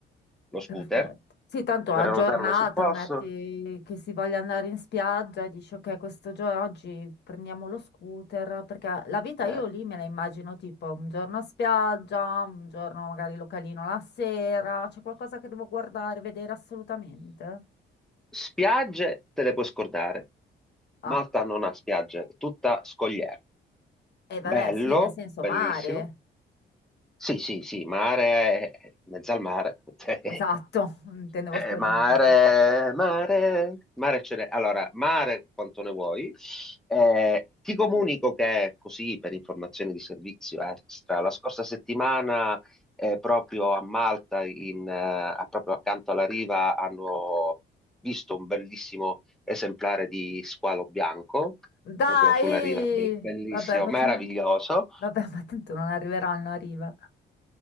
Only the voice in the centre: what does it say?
lo scooter,
prenotarlo
sul posto.
eh.
Spiagge te le puoi scordare.
Malta non ha spiagge, tutta scogliera.
Bello,
bellissimo.
Sì, sì, sì, mare, mezzo al mare, <laughs> Cioè,
Eh,
mare,
mare, mare ce n'è. Allora, mare quanto ne vuoi. Eh, ti comunico che così, per informazioni di servizio extra, la scorsa settimana eh, proprio a Malta, in, eh, a- proprio accanto alla riva, hanno visto un bellissimo esemplare di squalo bianco,
proprio sulla riva, be- bellissimo,
meraviglioso.